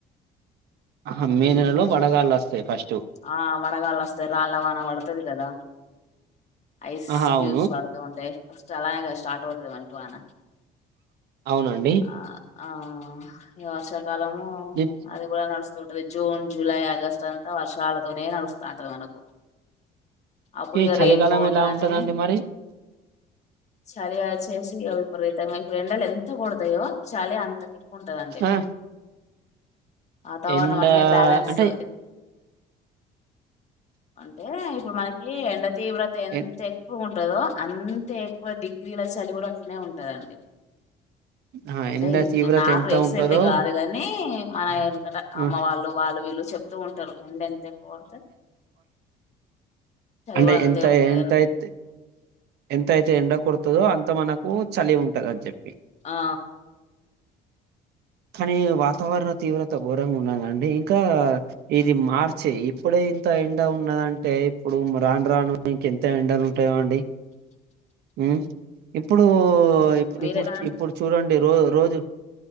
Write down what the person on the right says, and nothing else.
ఆహా
మే నెలలో వడగాళ్లు వత్తయి ఫస్ట్
ఆహా
అవును
అవున అండి
ఈ
ఈ చలికాలం
ఎలా
ఉంటదండి మరి
ఆ
ఎండ
అంటే
ఎ
ఆ
ఎండ తీవ్రత
ఎంత
ఉంటదో
ఆ
అంటే
ఎంత
ఎంతయితే ఎంతయి ఎండ కుడుతదో అంత మనకు చలి ఉంటంద అని చెప్పి
కనీ వాతావరణం తీవ్రత ఘోరంగా ఉన్నదండి ఇంకా ఇది మార్చి ఇప్పుడే ఇంత ఎండ ఉన్నదంటే ఇప్పుడు రాను రాను ఇంకెంత ఎండ ఉంటయో అండి
ఉ ఇప్పుడూ ఇప్పు
ఇప్పుడు
ఇప్పుడు చూడండి రోజ్ రోజు